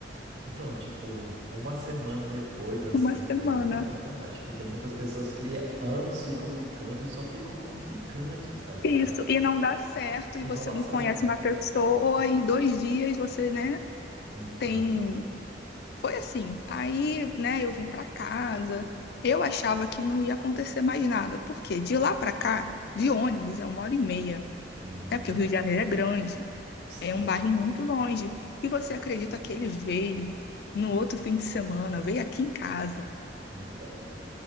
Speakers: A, on the right; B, on the left.
A: Então, tipo, uma semana depois, assim,
B: uma semana.
A: tá ligado? É fantástico. Que tem muitas pessoas que anos ficam ficando e só ficam como ficantes, tá ligado?
B: Isso, e não dá certo,
A: E
B: e você
A: não dá
B: não
A: certo.
B: conhece uma pessoa, ou aí em dois dias você, né,
A: Então,
B: tem. Foi assim. Aí, né, eu vim pra casa, eu achava que não ia acontecer mais nada, porque de lá pra cá, de ônibus, é uma hora e meia.
A: uhum,
B: É porque o Rio de Janeiro é grande,
A: sim,
B: é um bairro muito longe. E você acredita que ele veio no outro fim de semana, veio aqui em casa?
A: então,